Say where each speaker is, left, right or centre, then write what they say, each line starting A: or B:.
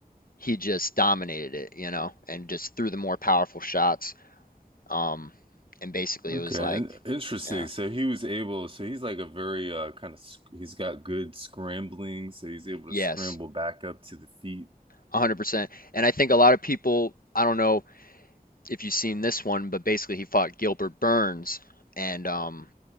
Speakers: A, on the left; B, on the right.
A: he just dominated it, you know, and just threw the more powerful shots. Um, and basically
B: Okay,
A: it was like,
B: in- interesting.
A: yeah,
B: So he was able, so he's like a very uh kind of sc he's got good scrambling, so he's able to
A: yes,
B: scramble back up to the feet.
A: 100%. And I think a lot of people, I don't know if you've seen this one, but basically he fought Gilbert Burns, and um,